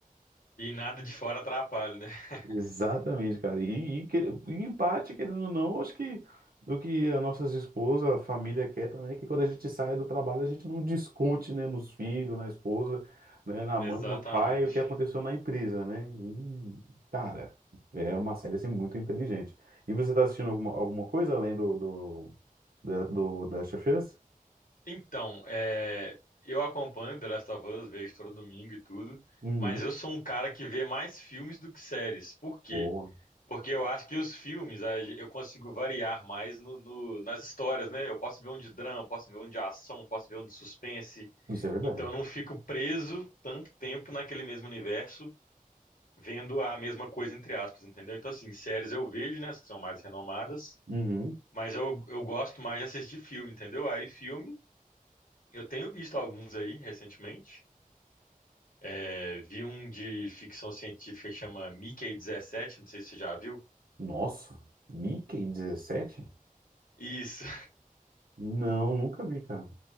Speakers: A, on the left (about 70°); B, on the right (about 85°).
A: E nada de fora atrapalha, né? <laughs>
B: Exatamente, cara. E, e que- e em parte, querendo ou não, acho que o que a nossas esposas, a família quer também é que quando a gente saia do trabalho, a gente não desconte, né, nos filhos, na esposa, né, na mãe,
A: Exatamente.
B: no pai, o que aconteceu na empresa, né? E, cara, é uma série assim muito inteligente. E você tá assistindo alguma, alguma coisa além do, do, da- do, da Chefeiras?
A: Então, é, eu acompanho The Last of Us, vejo todo domingo e tudo,
B: Uhum.
A: mas eu sou um cara que vê mais filmes do que séries. Por quê?
B: Boa.
A: Porque eu acho que os filmes a gen- eu consigo variar mais no- no- nas histórias, né? Eu posso ver um de drama, posso ver um de ação, posso ver um de suspense.
B: Isso é verdade.
A: Então eu não fico preso tanto tempo naquele mesmo universo, vendo a mesma coisa, entre aspas, entendeu? Então, assim, séries eu vejo, né? As que são mais renomadas,
B: Uhum.
A: mas eu, eu gosto mais de assistir filme, entendeu? Aí, filme, eu tenho visto alguns aí recentemente. É, vi um de ficção científica que chama Mickey dezessete não sei se você já viu.
B: Nossa, Mickey dezessete
A: Isso.
B: Não, nunca vi, cara.